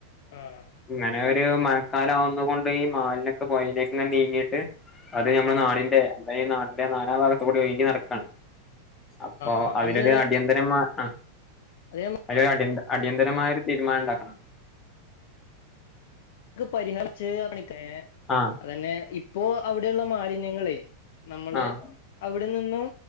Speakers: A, on the left (about 55°); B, on the left (about 20°).
A: ആഹ്
B: ഇങ്ങനെ ഒരു മഴക്കാലം ആവുന്ന കൊണ്ട് ഈ മാലിനൊക്കെ പുഴയിലേക്ക്അങ്ങനെ നീങ്ങിട്ട് അത് നമ്മുടെ
A: ആഹ് ആഹ്
B: നാടിന്റെ അത് ഈ നാടിന്റെ നാനാ ഭാഗത്തുകൂടി ഒഴുകി നടക്കയാണ്. അപ്പൊ
A: ആഹ്
B: അതിലൊരു
A: അത്
B: അടിയന്തരമാ ആ
A: അത് ഞമ്മു
B: അതിനൊരു അടിയന്തതരമായ ഒരു തീരുമാനം ഉണ്ടാക്കണം.
A: <unintelligible>
B: ആഹ്
A: അത് തന്നെ ഇപ്പോ അവിടെയുള്ള മാലിന്യങ്ങള് നമ്മള്
B: ആഹ്
A: അവിടെ നിന്നും